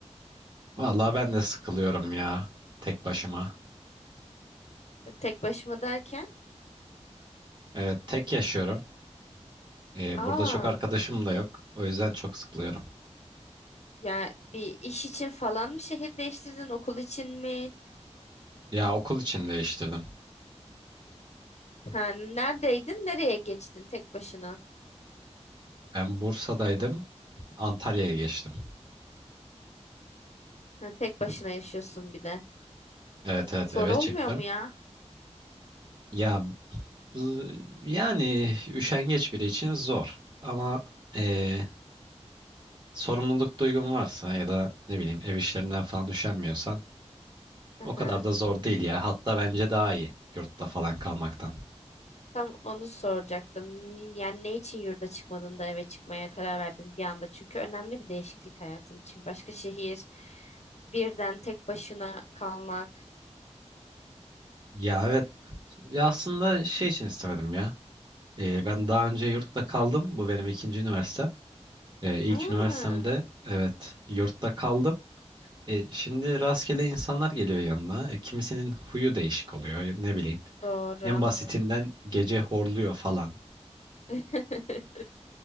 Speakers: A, on the right; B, on the left.
A: Vallahi ben de sıkılıyorum ya. Tek başıma.
B: Tek başıma derken.
A: Evet, tek yaşıyorum. Ee,
B: Aa,
A: burada çok arkadaşım da yok. O yüzden çok sıkılıyorum.
B: ya bir iş için falan mı şehir değiştirdin? Okul için mi?
A: Ya okul için değiştirdim.
B: Ha, neredeydin? Nereye geçtin tek başına?
A: Ben Bursa'daydım. Antalya'ya geçtim.
B: Ha, tek başına yaşıyorsun bir de.
A: Evet evet
B: Zor
A: eve
B: olmuyor
A: çıktım.
B: mu ya?
A: Ya bu- yani üşengeç biri için zor. Ama ee, sorumluluk duygun varsa ya da ne bileyim ev işlerinden falan üşenmiyorsan
B: Hı
A: o
B: hı.
A: kadar da zor değil ya. Hatta bence daha iyi yurtta falan kalmaktan.
B: Tam onu soracaktım. N- Yani ne için yurda çıkmadın da eve çıkmaya karar verdin bir anda? Çünkü önemli bir değişiklik hayatın için. Başka şehir, birden tek başına kalmak.
A: Ya evet. Ya aslında şey için istemedim ya. Ee, ben daha önce yurtta kaldım. Bu benim ikinci üniversitem. Ee, ilk
B: Aa,
A: üniversitemde evet yurtta kaldım. E, şimdi rastgele insanlar geliyor yanına. E, kimisinin huyu değişik oluyor. ya Ne bileyim.
B: doğru.
A: En basitinden gece horluyor falan.
B: <laughs>